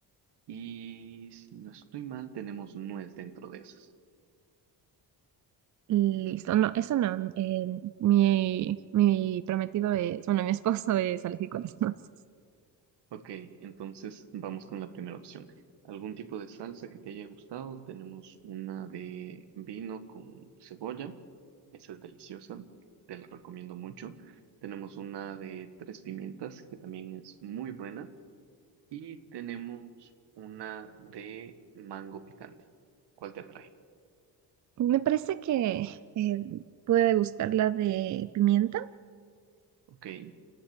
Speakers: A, on the right (about 75°); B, on the right (about 45°).
A: y si no estoy mal, tenemos nuez dentro de esas.
B: Listo. No, eso no. eh, mi, mi prometido es, bueno, mi esposo es alérgico
A: <laughs>
B: a las nueces.
A: Ok, entonces vamos con la primera opción. ¿Algún tipo de salsa que te haya gustado? Tenemos una de vino con cebolla. Esa es deliciosa, te la recomiendo mucho. Tenemos una de tres pimientas que también es muy buena. Y tenemos una de mango picante. ¿Cuál te atrae?
B: Me parece que eh, puede gustar la de pimienta.
A: Ok.